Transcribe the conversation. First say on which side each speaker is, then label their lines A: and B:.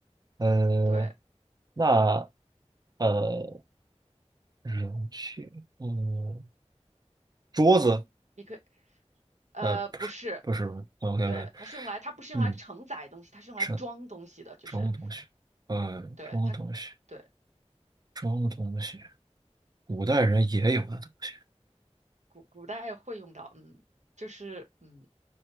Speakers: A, on the right; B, on the right.
A: 呃，
B: 对，
A: 那呃，容器，嗯，桌子，
B: 一个呃不是，
A: 呃，不是不是，OK
B: 对，
A: OK，
B: 它是用来它不是用来承载东西，
A: 嗯，
B: 它是用来装东西的，
A: 什
B: 就是
A: 什么东西？呃，
B: 对它
A: 什么东西？
B: 对
A: 什么东西？古代人也有的东西。
B: 古古代会用到，嗯，就是嗯，